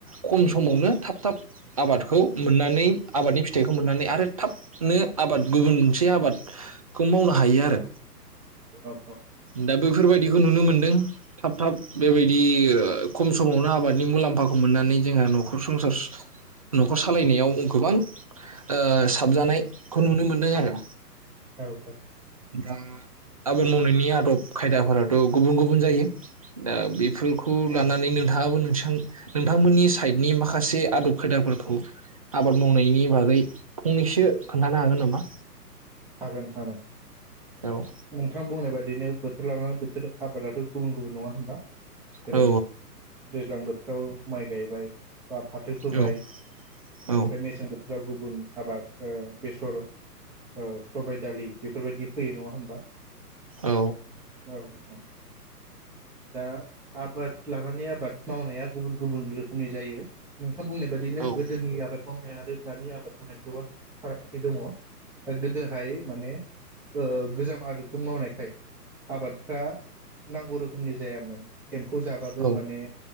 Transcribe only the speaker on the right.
खम समावनो थाब थाब आबादखौ मोननानै आबादनि फिथाइखौ मोननानै आरो थाबनो आबाद गुबुन मोनसे आबाद खौ मावनो हायो आरो
दा बैफोरबायदिखौ नुनो मोन्दों। थाब थाब बेबायदि खम समावनो आबादनि मुलाम्फाखौ मोननानै जोंहा न'खर संसार न' खर सालायनायाव गोबां ओ साबजानायखौ नुनो मोनदों आरो
दा आबाद मावनायनि आदब खायदाफोराथ' गुबुन गुबुन जायो। दा बेफोरखौ लानानैनो नोंथाङाबो नोंसां नोंथांमोननि साइडनि माखासे आदब खायदाफोरखौ। आबाद मावनायनि बागै फंनैसो खोन्थानो हागोन नामा?
औ
औ
औ
औ
औ
औ
औ